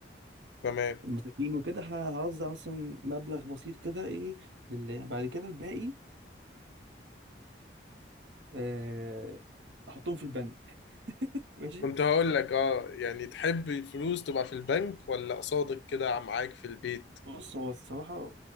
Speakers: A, on the left; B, on the right.
A: تمام
B: المساكين وكده ه- هوزع مثلا مبلغ بسيط كده ايه لله بعد كده الباقي اه احطهم في البنك ماشي
A: كنت هقول لك اه يعني تحب الفلوس تبقى في البنك ولا قصادك كده معاك في البيت
B: بص هو الصراحة